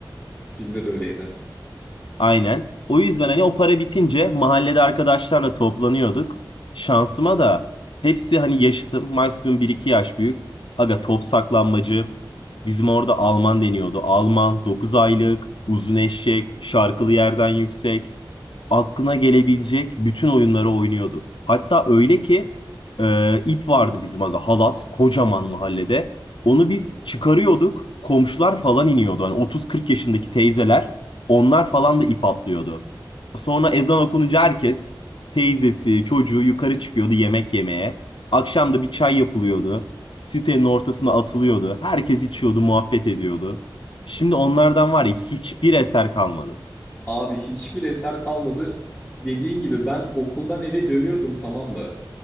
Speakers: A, on the left; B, on the left.
A: Bizde de öyleydi.
B: Aynen. O yüzden hani o para bitince mahallede arkadaşlarla toplanıyorduk. Şansıma da hepsi hani yaşıtım. Maksimum bir iki yaş büyük. Aga top saklanmacı. Bizim orada Alman deniyordu. Alman, 9 aylık, uzun eşek, şarkılı yerden yüksek aklına gelebilecek bütün oyunları oynuyorduk. Hatta öyle ki e, ip vardı bizim aga halat kocaman mahallede. Onu biz çıkarıyorduk. Komşular falan iniyordu. Hani 30-40 yaşındaki teyzeler onlar falan da ip atlıyordu. Sonra ezan okununca herkes teyzesi, çocuğu yukarı çıkıyordu yemek yemeye. Akşam da bir çay yapılıyordu. Sitenin ortasına atılıyordu. Herkes içiyordu, muhabbet ediyordu. Şimdi onlardan var ya hiçbir eser kalmadı.
A: Abi hiçbir eser kalmadı. Dediğin gibi ben okuldan eve dönüyordum tamam mı?